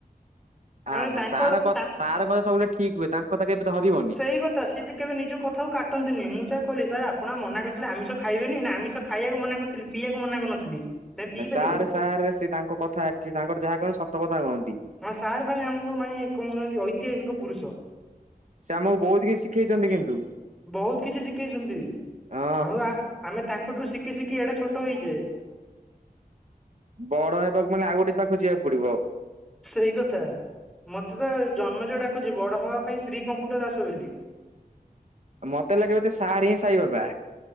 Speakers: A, in the centre; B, on the right.
A: ମାନେ
B: ଆ ହା
A: ତାଙ୍କ
B: ସାର କ
A: ତା
B: ସାରଙ୍କ କଥା ସବୁବେଳେ ଠିକ ହୁଏ, ତାଙ୍କ କଥା କେବେ ଧରିବ
A: ସେଇ କଥା ସିଏ ତ କେବେ ନିଜ କଥାକୁ କାଟନ୍ତିନି ମୁଁ ସେଇଆ କହିଲି ସାର୍ ଆପଣ ବା ମନା କରିଥିଲେ ଆମିଷ ଖାଇବେନି ନା ଆମିଷ ଖାଇବାକୁ ମନା କରିଥିଲି ପିଆକୁ ମନା କରିନଥିଲି। ତମେ ପିଇ
B: ଭାଇ ସାର୍
A: ପାରିବ
B: ସାର୍ ସେ ତାଙ୍କ କଥା ସିଏ ତାଙ୍କର ଯାହା କହନ୍ତି ସତ କଥା କହନ୍ତି।
A: ହଁ ସାର୍ ଭାଇ ଆମକୁ ମାଇଁ କହୁନାହନ୍ତି ଐତିହାସିକ ପୁରୁଷ।
B: ସେ ଆମକୁ ବହୁତ କିଛି ଶିଖେଇଛନ୍ତି କିନ୍ତୁ
A: ବହୁତ କିଛି ଶିଖେଇଛନ୍ତି
B: ହଁ
A: ଆଉ ଆ ଆମେ ତାଙ୍କ ଠାରୁ ଶିଖି ଶିଖି ଏଡେ ଛୋଟ ହେଇଛେ।
B: ବଡ ହେବାକୁ ମାନେ ଆଉ ଗୋଟେ ପାଖକୁ ଯିବାକୁ ପଡିବ!
A: ସେଇ କଥା ମତେ ତ ଜନ୍ମଜୟ ଡାକୁଛି ବଡ ହବା ପାଇଁ ଶ୍ରୀ କମ୍ପୁଟର ଆସ ବୋଲି।
B: ଆ ମତେ ଲାଗେ ବଧେ ସାର ହିଁ ସାଇ ବାବା।